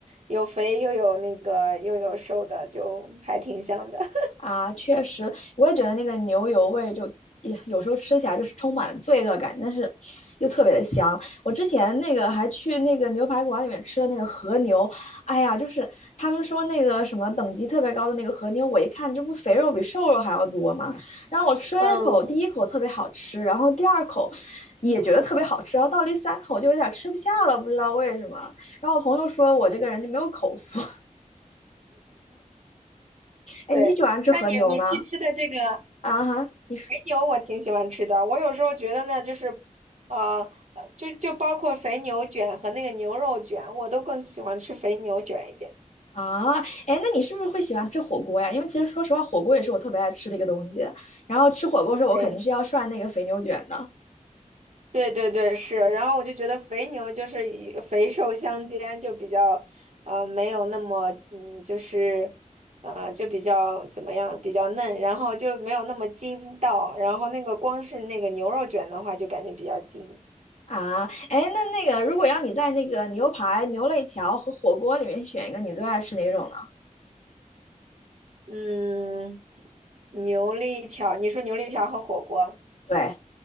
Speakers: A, on the right; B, on the left.
A: 有肥又有那个又有瘦的，就还挺香的。<laughs>
B: 啊，确实，我也觉得那个牛油味就也有时候吃起来就是充满了罪恶感，但是又特别的香。我之前那个还去那个牛排馆里面吃了那个和牛，哎呀，就是他们说那个什么等级特别高的那个和牛，我一看这不肥肉比瘦肉还要多吗？然后我吃了一口，
A: 嗯。
B: 第一口特别好吃，然后第二口也觉得特别好吃，然后到第三口就有点吃不下了，不知道为什么。然后我朋友说我这个人就没有口福。<laughs> 哎，
A: 对，
B: 你喜欢吃和牛吗？
A: 那你你去吃的这个
B: 啊哈。你？
A: 肥牛，我挺喜欢吃的。我有时候觉得呢，就是，呃，呃就就包括肥牛卷和那个牛肉卷，我都更喜欢吃肥牛卷一点。
B: 啊，哎，那你是不是会喜欢吃火锅呀？因为其实说实话，火锅也是我特别爱吃的一个东西。然后吃火锅的时候，
A: 对，
B: 我肯定是要涮那个肥牛卷的
A: 对对对，是。然后我就觉得肥牛就是以肥瘦相间，就比较，呃，没有那么，嗯，就是，呃，就比较怎么样，比较嫩，然后就没有那么筋道。然后那个光是那个牛肉卷的话，就感觉比较筋。
B: 啊。哎，那那个如果要你在那个牛排、牛肋条和火锅里面选一个，你最爱吃哪种呢？
A: 嗯，牛肋条，你说牛肋条和火锅
B: 对，